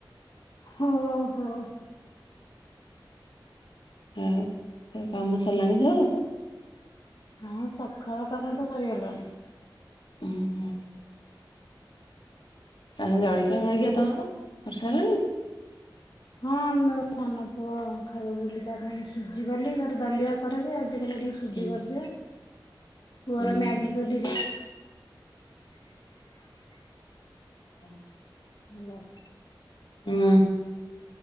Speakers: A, on the left; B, on the left.
A: ହୋ ହୋ।
B: ଆଉ କାମ ସରିଲାଣି କିଲୋ।
A: ହଁ ସକାଳ କାମ ତ ସରିଗଲାଣି।
B: ହୁଁ ହୁଁ। ଆଉ ଜଳିଖିଆ ଫଳିଖିଆ ତମର କରି ସରିଲଣି?
A: ହଁ ଆନୁ ସାନ ପୁଅ ଖାଇବା ବୁଲି ତା ପାଇଁ ସୁଝି କଲି ତାର ଦଲିଆ କରେ ଯେ ଆଜି କାଇଲା ଟିକେ ସୁଜି
B: ହୁଁ
A: କରିଦିଅ ପୁଅର
B: ହୁଁ
A: ମ୍ୟାଗି
B: ହୁଁ।
A: କଲି।
B: ହୁଁ।
A: ହାଲୋ।
B: ହୁଁ